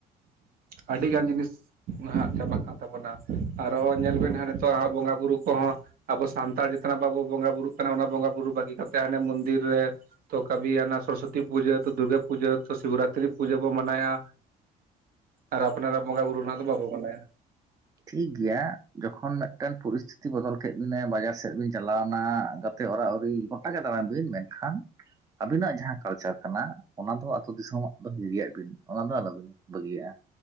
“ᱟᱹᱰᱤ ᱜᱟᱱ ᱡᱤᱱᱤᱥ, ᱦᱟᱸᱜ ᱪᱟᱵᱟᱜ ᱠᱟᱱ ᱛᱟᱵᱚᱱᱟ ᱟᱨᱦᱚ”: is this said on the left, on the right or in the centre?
Right